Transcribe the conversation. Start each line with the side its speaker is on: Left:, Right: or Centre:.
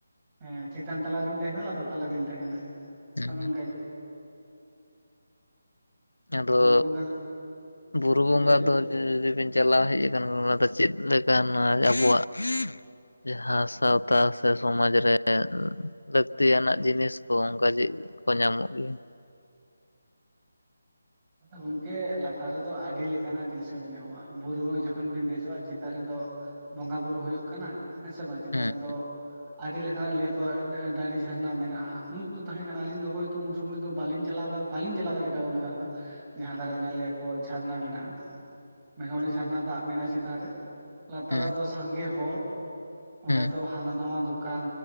Right: ᱦᱮᱸ ᱪᱮᱛᱟᱱ ᱛᱟᱞᱟ ᱨᱤᱧ ᱛᱟᱦᱮᱱᱟ ᱞᱟᱛᱟᱨ ᱛᱟᱞᱟ ᱨᱤᱧ ᱛᱟᱦᱮᱱᱟ
Left: ᱦᱩᱸ
Right: ᱚᱱᱮ ᱚᱱᱠᱟ ᱦᱮᱸ।
Left: ᱟᱫᱚ
Right: ᱵᱩᱨᱩ ᱵᱚᱸᱜᱟ
Left: ᱵᱩᱨᱩ ᱵᱚᱸᱜᱟ
Right: ᱞᱟᱹᱭ ᱵᱤᱱ
Left: ᱫᱚ ᱩᱸᱻ ᱡᱩᱫᱤᱵᱤᱱ ᱪᱟᱞᱟᱣ ᱦᱮᱡ ᱟᱠᱟᱱ ᱚᱱᱟᱫᱚ ᱪᱮᱫ ᱞᱮᱠᱟ ᱱᱚᱣᱟ ᱟᱵᱚᱣᱟᱜ ᱡᱟᱦᱟᱸ ᱥᱟᱶᱛᱟ ᱥᱮ ᱥᱚᱢᱟᱡ ᱨᱮ ᱞᱟᱹᱠᱛᱤᱭᱟᱱᱟᱜ ᱡᱤᱱᱤᱥ ᱠᱚ ᱚᱱᱠᱟ ᱪᱮᱫ ᱠᱚ ᱧᱟᱢᱚᱜ ᱜᱮᱭᱟ?
Right: ᱜᱚᱝᱠᱮ ᱞᱟᱛᱟᱨ ᱨᱮᱫᱚ ᱟᱹᱰᱤ ᱞᱮᱠᱟᱱᱟᱜ ᱡᱤᱱᱤᱥ ᱠᱚ ᱧᱟᱢᱚᱜᱼᱟ ᱵᱩᱨᱩ ᱨᱮ ᱡᱚᱠᱷᱚᱱ ᱵᱤᱱ ᱫᱮᱡᱚᱜᱼᱟ ᱪᱮᱛᱟᱱ ᱨᱮᱫᱚ ᱵᱚᱸᱜᱟ ᱵᱩᱨᱩ ᱦᱩᱭᱩᱜ ᱠᱟᱱᱟ ᱦᱮᱸ ᱥᱮ ᱵᱟᱝ ᱪᱮᱛᱟᱱ
Left: ᱦᱮᱸ
Right: ᱨᱮᱫᱚ
Left: ᱦᱮᱸ
Right: ᱟᱹᱰᱤ ᱞᱮᱠᱟᱱᱟᱜ ᱞᱟᱹᱭᱟᱠᱚ ᱰᱟᱹᱰᱤ ᱡᱷᱟᱨᱱᱟ ᱢᱮᱱᱟᱜᱼᱟ ᱩᱱ ᱩᱠᱛᱚ ᱛᱟᱦᱮᱸ ᱠᱟᱱᱟ ᱟᱹᱞᱤᱧ ᱫᱚ ᱦᱚᱭ ᱛᱚ ᱩᱱ ᱥᱚᱢᱚᱭ ᱫᱚ ᱵᱟᱹᱞᱤᱧ ᱪᱟᱞᱟᱣ ᱠᱟᱛᱮ ᱵᱟᱞᱤᱧ ᱪᱟᱞᱟᱣ ᱫᱟᱲᱮ ᱠᱟᱣᱫᱟ ᱚᱱᱟ ᱫᱷᱟᱨᱮ ᱫᱚ। ᱡᱟᱦᱟᱸ ᱫᱷᱟᱨᱮ
Left: ᱦᱮᱸ
Right: ᱚᱱᱟ ᱞᱟᱹᱭᱟᱠᱚ ᱡᱷᱟᱨᱱᱟ ᱢᱮᱱᱟᱜᱼᱟ ᱢᱮᱱᱠᱷᱟᱱ
Left: ᱟᱪᱪᱷᱟ
Right: ᱚᱸᱰᱮ ᱡᱷᱟᱨᱱᱟ ᱫᱟᱜ ᱢᱮᱱᱟᱜᱼᱟ ᱪᱮᱛᱟᱱ ᱨᱮ ᱞᱟᱛᱟᱨ
Left: ᱦᱮᱸ
Right: ᱨᱮᱫᱚ ᱥᱟᱸᱜᱮ ᱦᱚᱲ ᱚᱸᱰᱮ
Left: ᱦᱮᱸ
Right: ᱫᱚ ᱦᱟᱱᱟ ᱱᱟᱣᱟ ᱫᱚᱠᱟᱱ